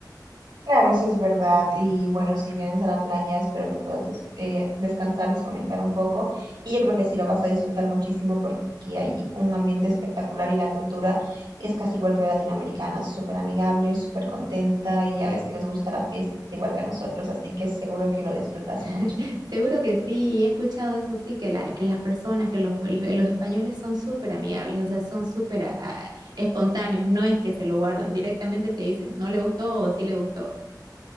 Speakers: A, on the right (about 85°); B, on the right (about 70°).
A: Claro, eso es verdad. Y bueno, si vienes a la playa, espero que puedas des- eh, descansar, desconectar un poco. Y yo creo que sí lo vas a disfrutar muchísimo porque aquí hay un ambiente espectacular y la cultura es casi igual que la latinoamericana, súper amigable, súper contenta y ya ves que les gusta la fiesta igual que a nosotros, así que seguro que lo disfrutas mucho.
B: <laughs> Seguro que sí, he escuchado eso sí, que, la, que las personas, que los, los españoles son súper amigables, o sea, son súper ah, espontáneos, no es que se lo guardan, directamente te dicen, no le gustó o sí le gustó.